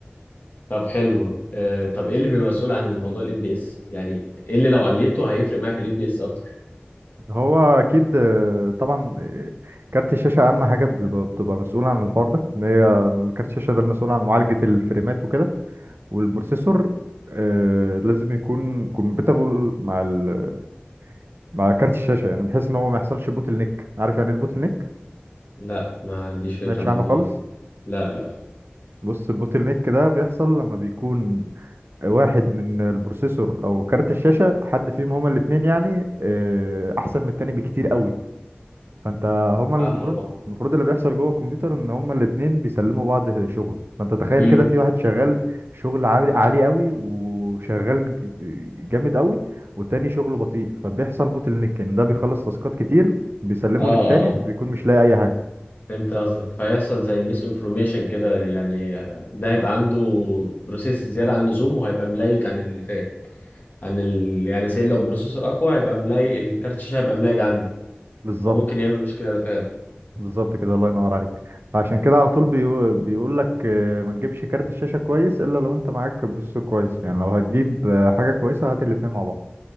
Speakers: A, on the left (about 50°); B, on the right (about 70°).
A: طب حلو آه، طب ايه اللي بيبقى مسؤول عن الموضوع الاف بي اس يعني ايه اللي لو عليته هيفرق معايا في الاف بي اس اكتر
B: هو اكيد آه، طبعا آه، كارت الشاشه اهم حاجه بيبقى- بتبقى مسؤول عن الحوار ده ان هي كارت الشاشه ده المسؤول عن معالجه الفريمات وكده والبروسيسور آه، لازم يكون كومباتبل مع ال... مع كارت الشاشه يعني بحيث ان هو ما يحصلش بوتل نيك عارف يعني ايه البوتل نيك
A: لا ما عنديش
B: ما
A: فكره
B: سمعتش
A: عن
B: عنه
A: الموضوع
B: خالص
A: ده لا لا
B: بص البوتل نيك ده بيحصل لما بيكون واحد من البروسيسور او كارت الشاشه حد فيهم هما الاثنين يعني آه، احسن من التاني بكتير قوي فانت هما المفروض
A: اه
B: المفروض اللي بيحصل جوه الكمبيوتر ان هما الاثنين بيسلموا بعض شغل فانت تخيل
A: امم
B: كده في واحد شغال شغل عالي عالي قوي وشغال ج- جامد قوي والتاني شغله بطيء فبيحصل بوتل نيك ان ده بيخلص تاسكات كتير بيسلمه
A: اه اه
B: للتاني بيكون مش لاقي اي حاجه
A: فهمت قصدك فيحصل زي ميس انفورميشن كده يعني آه، ده هيبقى عنده بروسيس زياده عن اللزوم وهيبقى ملايج عن اللي فات عن ال... يعني سي لو البروسيسور اقوى هيبقى ملايج الكارت الشاشه هيبقى ملايج عنه
B: بالظبط
A: فممكن يعمل مشكله ده فعلا
B: بالظبط كده الله ينور عليك فعشان كده على طول بيقو... بيقول لك آه، ما تجيبش كارت الشاشة كويس الا لو انت معاك بروسيسور كويس يعني لو هتجيب آه، حاجة كويسة هات الاتنين مع بعض